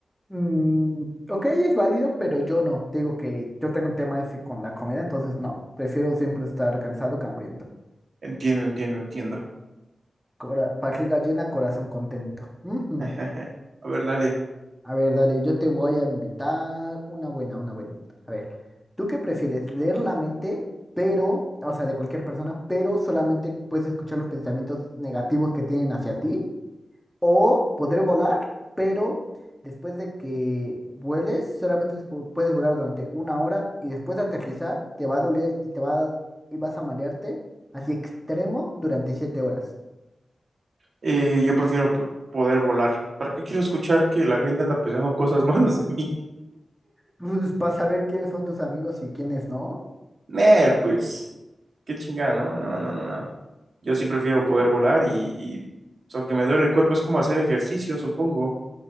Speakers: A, in the centre; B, on the right.
A: Mm, ok, es válido, pero yo no. Te digo que yo tengo un tema ese con la comida, entonces no. Prefiero siempre estar cansado que hambriento.
B: Entiendo, entiendo, entiendo.
A: Cora- barriga llena, corazón contento. Ujú.
B: <laughs> A ver, dale.
A: A ver, dale, yo te voy a invitar una buena, una buena. A ver, ¿tú qué prefieres? Leer la mente, pero, o sea, de cualquier persona, pero solamente puedes escuchar los pensamientos negativos que tienen hacia ti. O poder volar, pero después de que vueles, solamente pu- puedes volar durante una hora y después de aterrizar, te va a doler y te va a- y vas a marearte así extremo durante siete horas.
B: Eh, yo prefiero p- poder volar. ¿Para qué quiero escuchar que la gente anda pensando cosas <laughs> malas de mí?
A: Pues para saber quiénes son tus amigos y quiénes no.
B: Nel, pues. Qué chingada, ¿no? No, no, no, no. Yo sí prefiero poder volar y, y, pues, aunque me duele el cuerpo, es como hacer ejercicio, supongo.